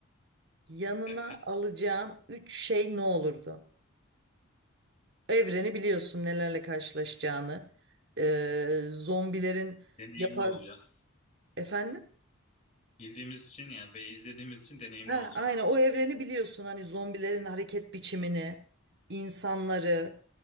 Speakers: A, on the right; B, on the left.
A: yanına
B: evet.
A: alacağın üç şey ne olurdu? Evreni biliyorsun nelerle karşılaşacağını ee, zombilerin
B: Deneyimli
A: yapar
B: olacağız.
A: efendim.
B: Bildiğimiz için yani ve izlediğimiz için deneyimli
A: Ha,
B: olacağız.
A: aynen o evreni biliyorsun hani zombilerin hareket biçimini, insanları,